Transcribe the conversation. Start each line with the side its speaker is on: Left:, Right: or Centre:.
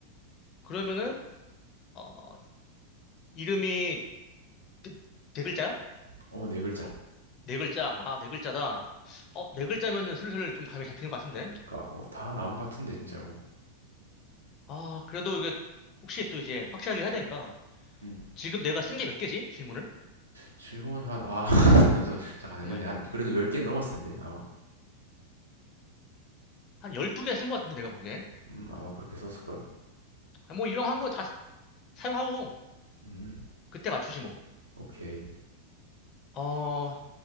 Left: 그러면은, 어, 이름이 네, 네 글자야?
Right: 어, 네 글자.
Left: 네 글자. 아, 네 글자다. 어, 네 글자면은 슬슬 좀 감이 잡히는 것 같은데?
Right: 그니까, 어, 다 나온 것 같은데, 진짜로.
Left: 아, 그래도 이게 혹시 또 이제 확실하게 해야 되니까.
Right: 음.
Left: 지금 내가 쓴 게 몇 개지? 질문을?
Right: 질문 한, 아, <laughs> 저- 잠깐 안
Left: 정말.
Right: 했네. 한, 그래도 10개 넘었을 텐데, 아마.
Left: 한 열두 개 쓴 것 같은데, 내가 보기에.
Right: 음, 아마 그렇게 썼을걸?
Left: 아, 뭐, 이왕 한 거 다 사용하고,
Right: 음,
Left: 그때 맞추지 뭐.
Right: 오케이.
Left: 어,